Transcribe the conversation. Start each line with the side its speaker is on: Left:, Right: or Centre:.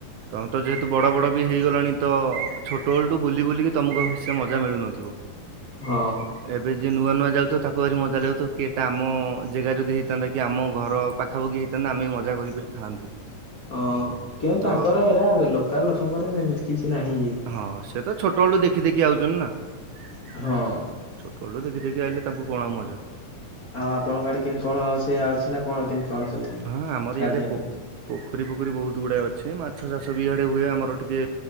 Right: ତମେ ତ ଯେହେତୁ ବଡ଼ ବଡ଼ ବି ହେଇଗଲାଣି ତ ଛୋଟ ବେଳଠୁ ବୁଲି ବୁଲିକି ତମକୁ ସେ ମଜା ମିଳୁନଥିବ?
Left: ହଁ।
Right: ଏବେ ଯିଏ ନୂଆ ନୂଆ ଯାଉଥୁବ ତାକୁ ଭାରି ମଜା ଲାଗୁଥିବ କି ଏଟା ଆମ ଅ ଅ ଜେଗା ଯଦି ହେଇଥାନ୍ତା କି ଆମ ଘର ପାଖ ଖାପାଖି ହେଇଥାନ୍ତା ଆମେ ମଜା କରିପାରିଥାନ୍ତୁ।
Left: ଅଁ କେଁ
Right: ତ
Left: ତାଙ୍କର ଏରା ଲୋକାଲ ଲୋକଙ୍କର ସେମିତି କିଛି ନାହିଁ। ଇଏ।
Right: ହଁ ସିଏ ତ ଛୋଟ ବଳୁ ଦେଖି ଦେଖି ଆଉଚନ୍ତି ନା। ଛୋଟ
Left: ହଁ
Right: ବଳୁଠୁ ଦେଖି ଦେଖି ଆଇଲେ ତାଙ୍କୁ କଣ ଆଉ ମଜା?
Left: ଆଉ ଆପଣଙ୍କ ଆଡ଼େ କେମତି କଣ ସେୟା ଅଛି ନାସ କଣ କେମିତି କଣ ସବୁ
Right: ହଁ ଆମର
Left: ଗାଧେଇବା
Right: ଇଆଡ଼େ ପୋ
Left: ପାଇଁ?
Right: ପୋଖରୀ ଫୋଖରୀ ବହୁତୁ ଗୁଡାଏ ଅଛି ମାଛ ଚାଷ ବି ଇଆଡ଼େ ହୁଏ ଆମର ଟିକେ